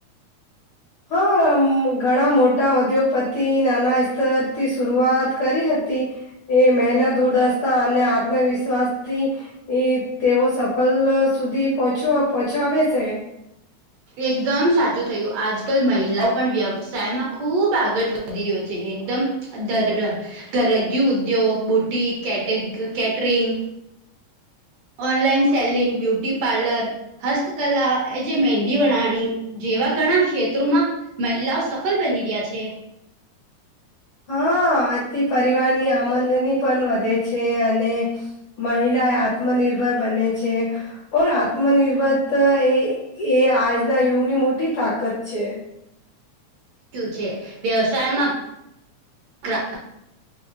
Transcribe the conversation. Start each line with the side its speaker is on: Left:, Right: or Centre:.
Left: હા ઘણા મોટા ઉદ્યોગપતિ નાના સ્તરથી શરઆત કરી હતી એ મહેનત દુર્દશા અને આત્મવિશ્વાસથી એ તેઓ સફલ સુધી પહચ પહોચાવે છે
Right: એકદમ સાચું થયું આજકાલ મહિલાઓ પણ વ્યવસાયમાં ખુબ આગળ વધ વધી રહ્યો છે, એકદમ દર ઘરગુ ઉદ્યોગ, boutique, catering. Online selling, beauty parlour. હસ્તકલા, એ જે મહેંદી, વણાણી જેવા ઘણા ક્ષેત્રોમાં મહિલાઓ સફળ બની રહ્યા છે.
Left: હા, આથી પરિવારની આમદની પણ વધે છે, અને મહિલા આત્મનિર્ભર બને છે. ઓર આત્મનિર્ભર એ આજના યુગની મોટી તાકાત છે.
Right: છે, વ્યવસાયમાં ગ્રાહક